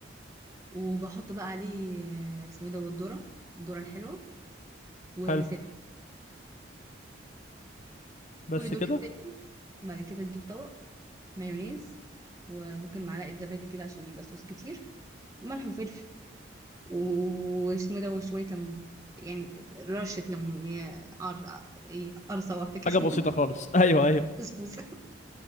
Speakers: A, on the right; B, on the left.
A: وبحط بقى عليه آه، اسمه ايه ده والذره الذره الحلوه وبسله
B: حلو بس
A: كل دول
B: كده
A: يتسلقوا وبعد كده تجيب طبق مايونيز وممكن معلقه زبادي كده عشان يبقى صوص كتير ملح وفلفل واسمه إيه ده وشويه ليمون يعني رشه ليمون هي قر... إيه، قرصه واحده كده
B: حاجه بسيطه
A: <laughs>
B: خالص ايوه ايوه
A: فسفوسه